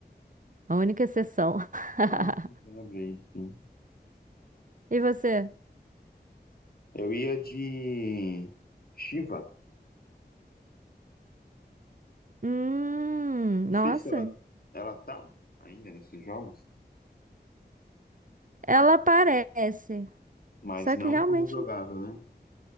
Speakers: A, on the right (about 50°); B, on the left (about 60°).
A: A única exceção. <laughs>
B: Ah, sim, eu lembrei, sim.
A: E você?
B: Eu ia de. Shiva.
A: Hum,
B: Não
A: nossa.
B: sei se ela, ela tá ainda nesses jogos,
A: Ela aparece.
B: mas
A: Só
B: não
A: que realmente
B: como jogável, né?